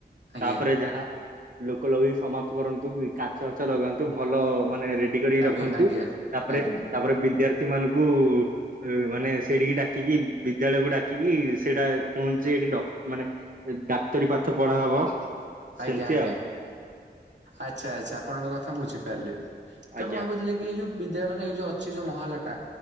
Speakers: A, on the right; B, on the right.
A: ଆଜ୍ଞା
B: ତାପରେ ଯାହା ଲୋକ ଲଗେଇ ସମାପ୍ତ କରନ୍ତୁ କା ଗଛ ଛ ଲଗାନ୍ତୁ ଭଲ ମାନେ ରେଡି କରିକି
A: ଆଜ୍ଞା
B: ରଖନ୍ତୁ
A: ଆଜ୍ଞା।
B: ତାପରେ
A: ଆଜ୍ଞା
B: ତାପରେ ବିଦ୍ୟାର୍ଥୀ ମାନଙ୍କୁ ମାନେ ଏଇଠିକି ଡାକିକି ବିଦ୍ୟାଳୟକୁ ଡାକିକି ସେଇଟା କୁହନ୍ତୁ ଯେ ଏଇଠି ଡ ମାନେ ଏ ଡାକ୍ତରୀ ପାଠ ପଢା ହବ।
A: ଆଜ୍ଞା
B: ସେମିତି
A: ଆଜ୍ଞା
B: ଆଉ
A: ଆଚ୍ଛା ଆଚ୍ଛା ଆପଣଙ୍କ କଥା ମୁଁ ବୁଝିପାରିଲି ତ
B: ଆଜ୍ଞା
A: ମୁଁ ଭାବୁଥିଲି ଏଇ ଯୋଉ ବିଦ୍ୟା ମାନେ ଏଇ ଯୋଉ ଅଛି ଯୋଉ ମହାଲାଟା